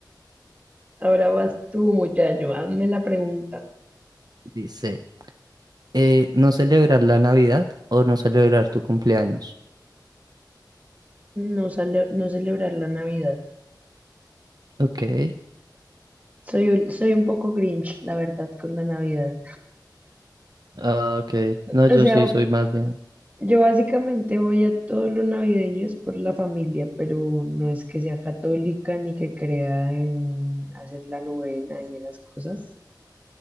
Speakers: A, on the right (about 20°); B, on the right (about 60°).
A: Ahora vas tú, muchacho, hazme la pregunta.
B: Dice. Eh, no celebrar la Navidad o no celebrar tu cumpleaños.
A: No, sale- no celebrar la Navidad.
B: Ok.
A: Soy, un- soy un poco Grinch, la verdad, con la Navidad.
B: Ah, ok. No, yo
A: O sea,
B: sí soy más bien.
A: yo básicamente voy a todo lo navideño es por la familia, pero no es que sea católica ni que crea en hacer la novena y esas cosas.